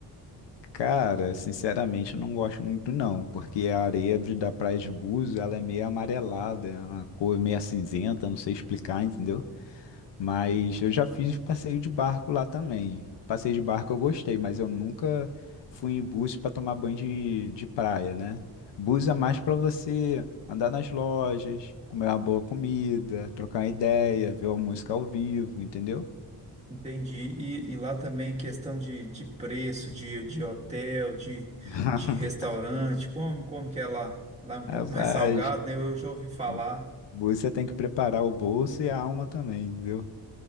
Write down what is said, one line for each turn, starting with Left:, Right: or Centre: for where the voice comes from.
Left: Cara, sinceramente, eu não gosto muito não, porque a areia de- da Praia de Búzios, ela é meio amarelada, é uma cor meio cinzenta, não sei explicar, entendeu? Mas eu já fiz passeio de barco lá também. Passeio de barco eu gostei, mas eu nunca fui em búzios para tomar banho de, de praia, né? Búzios é mais para você andar nas lojas, comer uma boa comida, trocar uma ideia, ver uma música ao vivo, entendeu?
Right: Entendi. E, e lá também questão de, de preço, de, de hotel, de,
Left: <laughs>
Right: de restaurante, como, como que é lá? Lá é um pouco
Left: Rapaz,
Right: <laughs> mais salgado, né? Eu já ouvi falar.
Left: bu- búzios você tem que preparar o bolso e a alma também, entendeu?